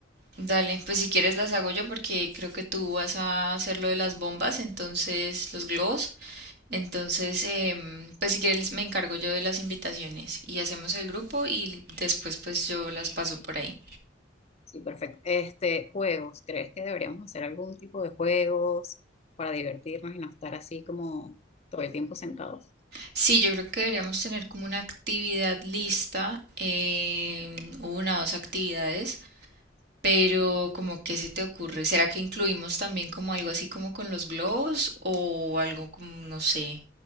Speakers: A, on the right; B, on the left.
A: dale, pues si quieres las hago yo porque creo que tú vas a hacer lo de las bombas, entonces los globos. Entonces, em, pues si quieres me encargo yo de las invitaciones y hacemos el grupo y después pues yo las paso por ahí.
B: Sí, perfecto. Este, juegos, ¿crees que deberíamos hacer algún tipo de juegos para divertirnos y no estar así como todo el tiempo sentados?
A: Sí, yo creo que deberíamos tener como una actividad lista, em, una o dos actividades, pero como que se te ocurre, ¿será que incluimos también como algo así como con los globos o algo como, no sé,